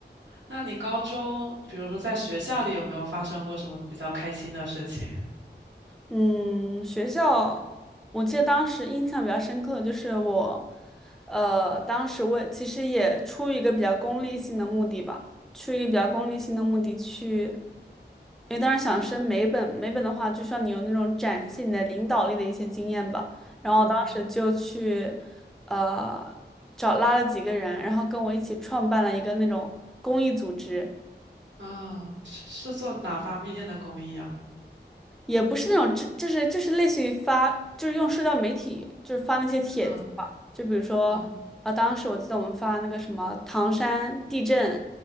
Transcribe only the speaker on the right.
那你高中，比如说在学校里有没有发生过什么比较开心的事情？
嗯
啊，是是做哪方面的公益啊？
嗯
嗯